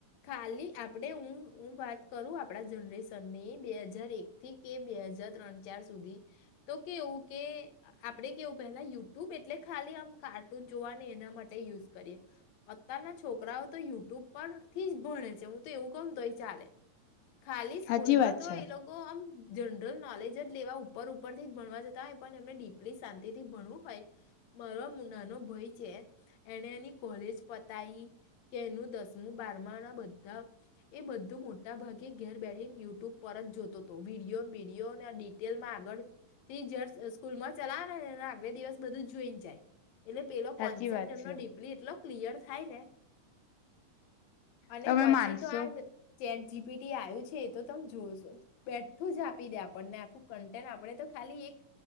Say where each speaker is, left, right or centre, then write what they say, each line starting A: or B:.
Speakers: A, on the left; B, on the left.
A: ખાલી આપડે હું-હું વાત કરું આપડા જનરેશનની, બે હાજર એક થી કે બે હજાર ત્રણ ચાર સ સુધી તો કેવું કે આપણેે કેવું પેલા યુટ્યુબ એટલે ખાલી આમ કાર્ટૂન જોવા ને એના માટે યુઝ કરીએ અત્યારના છોકરાઓ તો યુટ્યુબ પરથી જ ભણે છે, હું તો એવું કઉંન તોય ચાલે. ખાલી સ્કૂલમાં
B: સાચી વાત
A: તો
B: છે
A: એ લોકો આમ જનરલ નોલેજ જ લેવા ઉપર-ઉપરથી જ ભણવા જતા હોય પણ એમને ડીપલી શાંતિથી ભણવું હોય, મારા મુનાનો ભય છે, એણે એની કોલેજ પતાઈ, કેરનું દસમું બારમા ના બધા એ બધું મોટા ભાગે ઘેર બેઠીને યુટ્યુબ પર જ જોતો તો. વિડીયોન બિડીયો ના ડિટેલમાં આગળ <unintelligible> સ્કૂલમાં ચલા <unintelligible> આગલે દિવસ બધું જોઈન જાય. એટલે પેલો
B: સાચી
A: કોન્સેપ્ટ
B: વાત
A: એમનો
B: છે
A: ડીપલી એટલો ક્લિયર થાય ને અને
B: તમે
A: પછી
B: માનશો
A: તો આ ચેટ જીપીટી આવ્યું છે એ તો તમે જોશો બેઠું જ આપી દે આપણને આખું કન્ટેન્ટ આપણે તો ખાલી એક